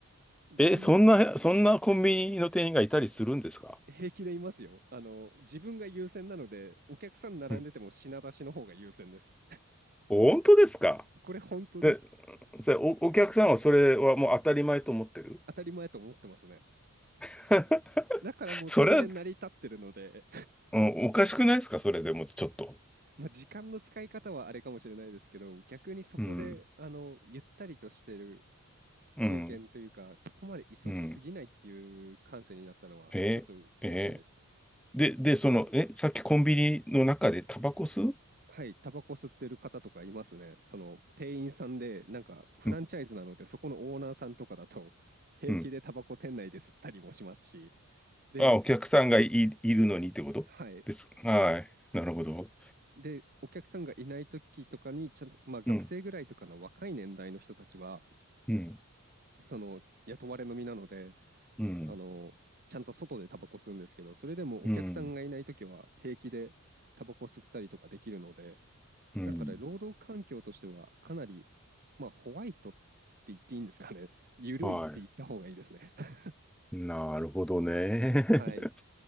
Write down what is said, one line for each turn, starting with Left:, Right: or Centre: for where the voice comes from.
Right: 別に
Centre: え、そんな、そんなコンビニの店員がいたりするんですか
Right: 平気でいますよ。あの、自分が優先なので、お客さん並んでても品出しの方が優先です。
Centre: うん。本当ですか
Right: これ本当です。
Centre: で、それお、お客さんはそれはもう当たり前と思ってる
Right: 当たり前と思ってますね。
Centre: <laughs>
Right: だからもうそれで成り立ってるので、
Centre: それは、うん、おかしくないですかそれでもちょっと。
Right: まあ、時間の使い方はあれかもしれないですけど、逆にそこで、
Centre: うん、
Right: あの、ゆったりとしてる
Centre: うん、
Right: 経験というか、そこまで急ぎすぎないっていう感性になったのは、
Centre: うん。え、
Right: ちょっと嬉しいです。
Centre: え、で、で、その、え、さっきコンビニの中でタバコ吸う
Right: はい、タバコ吸ってる方とかいますね。その、店員さんで、なんか、フランチャイズなので、
Centre: うん、
Right: そこのオーナーさんとかだと、平気でタバコ店内で吸ったりもしますし、
Centre: うん。
Right: で、
Centre: あ、お客さんがい、いるのにってことです。
Right: はい。
Centre: はい。なるほど。
Right: で、お客さんがいない時とかに、ちゃんと、まあ、学生ぐらいとかの若い年代の人たちは、
Centre: うん、うん、
Right: その、雇われの身なので、
Centre: うん、
Right: あの、ちゃんと外でタバコ吸うんですけど、それでもお客さんがいないときは平気でタバコ吸ったりとかできるので、
Centre: うん、うん。
Right: だから労働環境としてはかなり、まあ、ホワイトって言っていいんですかね。<laughs> 緩いって言った方がいいですね。
Centre: はい。
Right: <laughs>
Centre: なるほどね。
Right: はい。
Centre: <laughs>